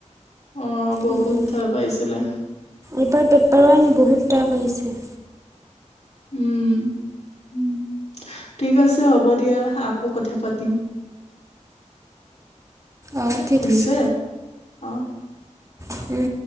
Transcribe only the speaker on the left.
অ', বহুত
টাফ আহিছিলে।
উম উ ঠিক আছে হ'ব দিয়া, আকৌ কথা পাতিম।
শুনিছে
অ'